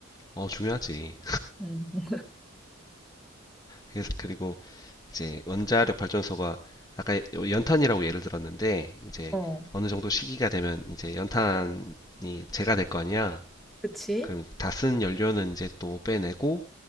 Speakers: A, on the left; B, in the centre.
A: 어, 중요하지.
B: 응.
A: 그래서 그리고 이제 원자력 발전소가 아까 연탄이라고 예를 들었는데 이제
B: 어,
A: 어느 정도 시기가 되면 이제 연탄이 재가 될 거 아니야.
B: 그치?
A: 그럼 다 쓴 연료는 이제 또 빼내고